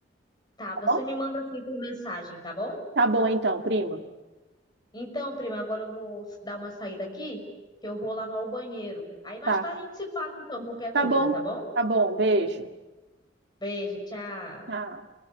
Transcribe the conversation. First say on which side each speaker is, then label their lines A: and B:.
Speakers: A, on the left; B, on the right.
A: tá?
B: tá
A: Você
B: bom?
A: me manda assim por mensagem, tá bom?
B: Tá bom então, prima.
A: Então, prima, agora eu vou dar uma saída aqui, que eu vou lavar o banheiro. Aí mais
B: Tá.
A: tarde a gente se fala, então, qualquer
B: Tá
A: coisa,
B: bom,
A: tá bom?
B: tá bom. Beijo.
A: Beijo, tchau.
B: Tchau.